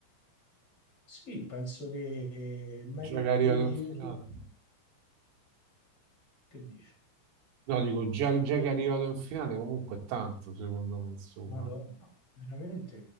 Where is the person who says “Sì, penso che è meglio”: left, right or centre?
Left